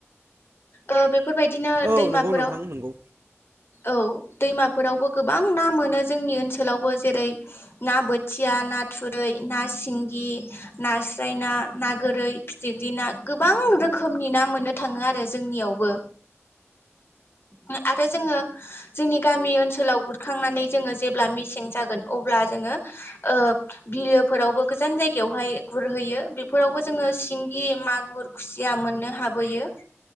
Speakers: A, on the left; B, on the right.
A: ओ बेफोर बायदिनो
B: औ
A: दैमाफोराव
B: नंगौ नोंथां नंगौ
A: औ दैमाफोरावबो गोबां ना मोनो जोंनि ओनसोलावबो जेरै ना बोथिया ना ना थुरै ना सिंगि नास्राय ना ना गोरै फिथिख्रि ना गोबां रोखोमनि ना मोननो थाङो आरो जोंनियावबो ओ आरो जोङो जोंनि गामि ओनसोलाव गुरखांनानै जोङो जेब्ला मेसें जागोन अब्ला जोङो ओ बिलोफोरावबो गोजान जायगायावहाय गुरहैयो बेफोरावबो जोङो सिंगि मागुर खुस या मोननो हाबोयो